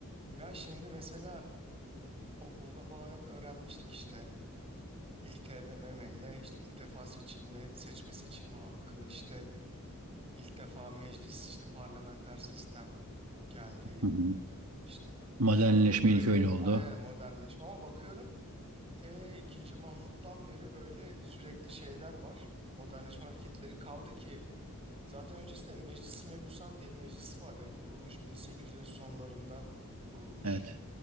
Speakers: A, on the right; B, on the right.
A: Ya şimdi mesela okulda falan hep öğrenmiştik işte ilk TBMM ile işte ilk defa seçilme, seçme seçilme hakkı, işte ilk defa meclis, işte parlamenter sistem geldi.
B: Hı hı.
A: işte
B: Modernleşme
A: şöyle böyle
B: ilk öyle oldu.
A: aynen modernleşme ama bakıyorum T ikinci Mahmut'tan beri böyle sürekli şeyler var. Modernleşme hareketleri kaldı ki zaten öncesinde Meclisi Mebusan diye meclis var yani kurulmuş 1800'lerin sonlarında kurulmuş.
B: Evet.